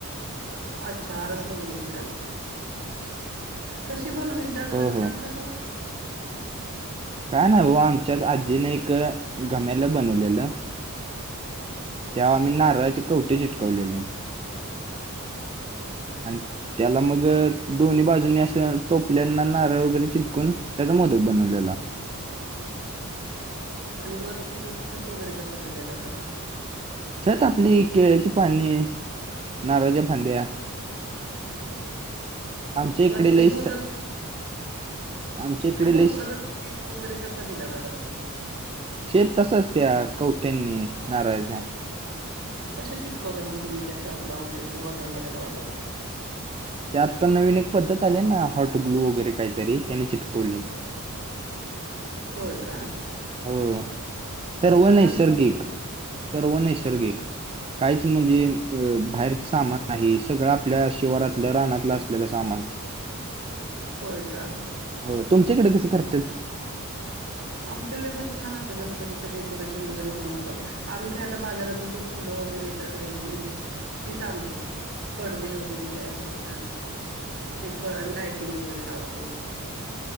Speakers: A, on the right (about 50°); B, on the right (about 25°).
A: अच्छा आरस बनवलेली का? कशी बनवलेली दादा
B: हो
A: जरा
B: हो
A: सांगता का?
B: काय नाही हो आमच्यात आजीने एक घम्याला बनवलेलं. तेव्हा आम्ही नारळाची कवटी चिटकवलेली. आणि त्याला मग दोन्ही बाजूनंनी असं टोपल्याना नारळ वगैरे चिटकून त्याचा मोदक बनवलेला.
A: आणि वरती मग छत वगैरे कसं केलेलं दादा?
B: छत आपली केळ्याची पाने नारळाच्या फांद्या. जीकडे
A: पण ते
B: लईच
A: मोदक
B: स आमच्या इकडे
A: त्या मोदकाचा
B: लई
A: स्टेप वगैरे कसा दिला ददा तुम्ही?
B: शेप तसाच त्या कवठ्यांनी नाराळाचय.
A: कशा चीटकावलं मग तुम्ही त्या टपला वगैरे घमेल्याला वगैरे?
B: त्या आत्ता नवीन एक पद्धत आली ना हॉट ग्लू वगैरे काहीतरी त्याने चिटकवली.
A: होय का?
B: हो सर्व
A: मग छान
B: नैसर्गिक
A: दिस
B: सर्व नैसर्गिक कायच म्हणजे अ बाहेरच सामान आहे सगळं आपल्या शिवारातलं रानातलं असलेलं सामान.
A: होय का.
B: हो तुमच्या इकडे कस करतात?
A: आमच्याकडे पण छान असं गणपतीचं डेकोरेशन वगैरे बनवतात. आम्ही काय आता बाजारातून ती फुलं वगैरे येतात रेडीमेड. तीच आणतो पडदे वगैरे काय असेल तर ते पण लायटिंग वगैरे लावतो.